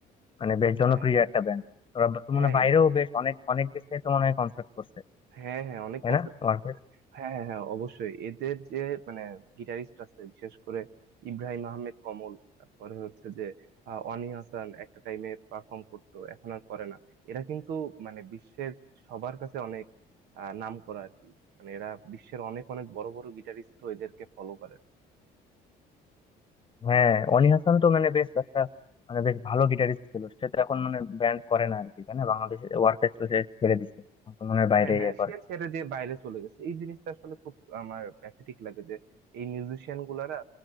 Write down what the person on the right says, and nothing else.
হ্যাঁ
হ্যাঁ
হ্যাঁ
এ-
হ্যাঁ হ্যাঁ অনেক
কনসার্ট
করছে
এরা। হ্যাঁ হ্যাঁ হ্যাঁ অবশ্যই এদের যে মানে গিটারিস্ট আছে বিশেষ করে ইব্রাহিম আহমেদ কমল তারপরে হচ্ছে যে আহ, অনি হাসান একটা টাইমে পারফর্ম করতো এখন আর করে না এরা কিন্তু মানে বিশ্বের সবার কাছে অনেক আহ, নাম করা আর কি মানে এরা বিশ্বের অনেক অনেক বড় বড় গিটারিস্ট এদেরকে ফলো করে
হ্যাঁ হ্যাঁ
সে ছেড়ে দিয়ে বাইরে চলে গেছে এই জিনিসটা আসলে খুব আমার প্যাথেটিক লাগে যে এই মিউজিশিয়ান গুলারা